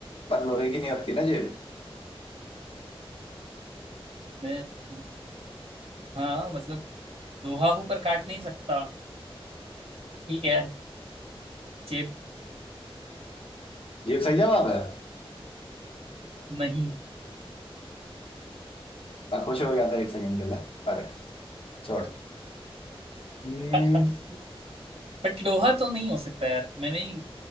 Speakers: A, on the left; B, on the right.
A: पर लोहे की नहीं होती ना जेब
B: मैं मैं हाँ मतलब लोहा हूँ पर काट नहीं सकता ठीक है जेब
A: जेब सही जवाब है
B: नहीं
A: मैं खुश हो गया था एक सेकंड के लिए पर छोड़ हम्म
B: <laughs> बट लोहा तो नहीं हो सकता यार मैंने ही